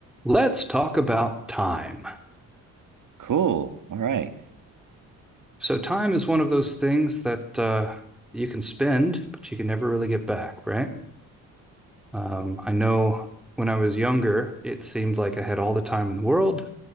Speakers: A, in the centre; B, on the right.
A: Let's talk about time.
B: Cool. All right.
A: So, time is one of those things that uh, you can spend, but you can never really get back, right? Um, I know when I was younger, it seemed like I had all the time in the world.